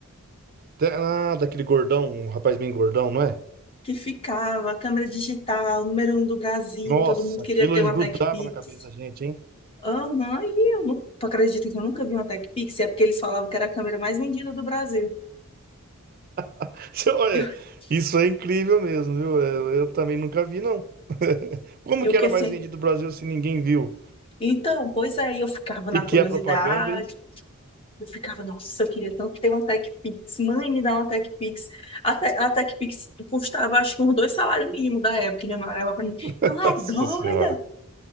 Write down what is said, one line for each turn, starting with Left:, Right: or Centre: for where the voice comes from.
Right: Da- Ah, daquele gordão, um rapaz bem gordão, não é?
Left: que ficava a câmera digital, número um do Brasil,
Right: Nossa,
Left: e todo mundo queria
Right: aquilo
Left: ter
Right: eles
Left: uma Techpix.
Right: na cabeça
Left: Pix.
Right: da gente, hein?
Left: Aham, e eu não tu acredita que eu nunca vi uma Techpix. é porque eles falavam que era a câmera mais vendida do Brasil.
Right: <laughs> Olha,
Left: <laughs>
Right: Isso é incrível mesmo, viu? Eu, eu também nunca vi, não. <laughs> Como
Left: Eu
Right: que
Left: que
Right: era
Left: sei.
Right: mais vendido no Brasil se ninguém viu?
Left: Então, pois aí eu ficava na
Right: E que
Left: curiosidade,
Right: é propaganda, hein?
Left: Eu ficava, nossa, eu queria tanto ter uma TechPix. Mãe, me dá uma TechPix. A, Te- a TechPix custava, acho que, uns dois salários mínimos da época. E minha mãe olhava pra mim,
Right: <laughs>
Left: tu é
Right: Nossa
Left: doida?
Right: senhora.